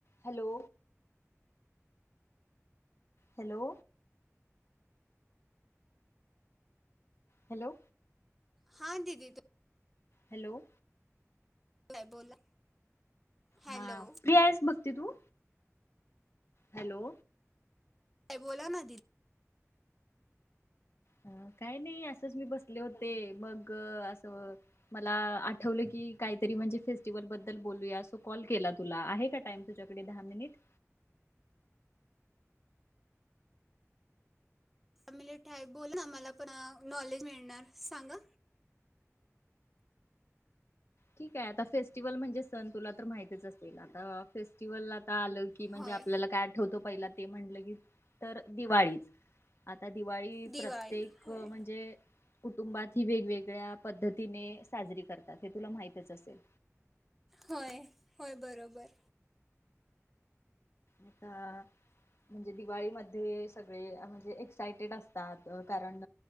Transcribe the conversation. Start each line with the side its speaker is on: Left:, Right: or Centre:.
Left: Hello hello hello
Centre: हा दीदी तू
Left: हॅलो
Centre: काय बोला हॅलो
Left: हा प्रियांश बघ दिदू हॅलो
Centre: बोला ना दिदि
Left: अ काय नाही असंच मी बसले होते मग ग अस मला आठवलं की काहीतरी म्हणजे फेस्टिवल बद्दल बोलूया कॉल केला तुला आहे का टाईम तुझ्याकडे दहा मिनिट
Centre: फमिलीटाय बोल ना मला पण नॉलेज मिळणार सांगा
Left: ठीक आहे आता फेस्टिवल म्हणजे सण तुला तर माहितीच असतील आता फेस्टिवला आलं की म्हणजे
Centre: होय
Left: आपल्याला काय ठेवतो पहिला ते म्हटलं की तर दिवाळीच आता दिवाळी
Centre: दिवाळी
Left: प्रत्येक
Centre: होय
Left: म्हणजे कुटुंबात ही वेगवेगळ्या पद्धतीने साजरी करतात हे तुला माहित च असेल
Centre: होय होय बरोबर
Left: आता म्हणजे दिवाळीमध्ये सगळे म्हणजे एक्सायटेड असतात कारण